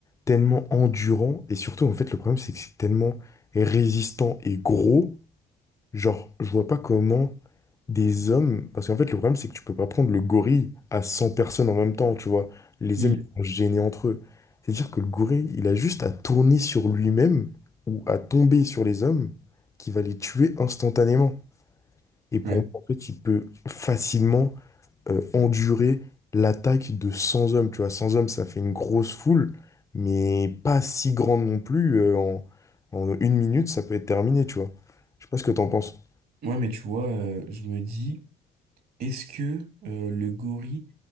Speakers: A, on the left (about 20°); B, on the right (about 60°).
A: tellement endurant. Et surtout, en fait, le problème, c'est que c'est tellement résistant et gros. Genre, je vois pas comment des hommes. Parce qu'en fait, le problème, c'est que tu peux pas prendre le gorille à 100 personnes en même temps, tu vois. Les
B: Hmm.
A: hommes, ils sont gênés entre eux. C'est-à-dire que le gorille, il a juste à tourner sur lui-même ou à tomber sur les hommes qui va les tuer instantanément. Et pour
B: Ouais.
A: moi, en fait, il peut facilement euh, endurer l'attaque de 100 hommes. Tu vois, 100 hommes, ça fait une grosse foule, mais pas si grande non plus. euh, en, en une minute, ça peut être terminé, tu vois. Je sais pas ce que t'en penses.
B: Ouais, mais tu vois, euh, je me dis. Est-ce que euh, le gorille,